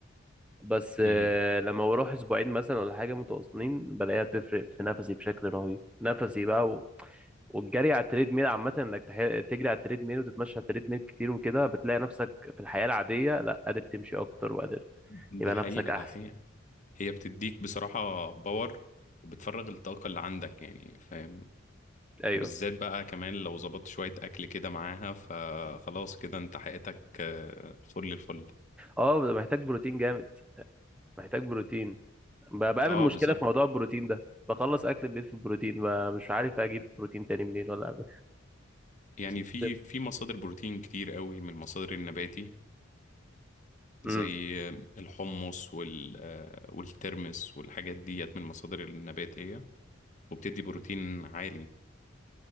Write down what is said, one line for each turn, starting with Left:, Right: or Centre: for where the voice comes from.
Centre: بس آه،
Left: مم.
Centre: لما بروح اسبوعين مثلا ولا حاجه متواصلين بلاقيها بتفرق في نفسي بشكل رهيب نفسي بقى و... والجري على التريد ميل عامه انك تح... تجري على التريد ميل وتتمشى على التريد ميل كتير وكده بتلاقي نفسك في الحياه العاديه لا قادر تمشي اكتر وقادر
Left: ده
Centre: يبقى
Left: حقيقه
Centre: نفسك احسن
Left: ده حقيقه هي بتديك بصراحه باور وبتفرغ الطاقه اللي عندك يعني فاهم
Centre: ايوه
Left: وبالذات بقى كمان لو ظبطت شويه اكل كده معاها فخلاص كده انت حقيقتك آه، فل الفل
Centre: اه محتاج بروتين جامد محتاج بروتين ب- بقابل
Left: اه
Centre: مشكله
Left: بالظبط
Centre: في موضوع البروتين ده بخلص اكل البيت في البروتين ب- مش عارف اجيب بروتين تاني منين ولا اعمل
Left: يعني
Centre: <laughs>
Left: في في مصادر بروتين كتير قوي من المصادر النباتي
Centre: جيم.
Left: زي الحمص وال والترمس والحاجات ديت من المصادر النباتية وبتدي بروتين عالي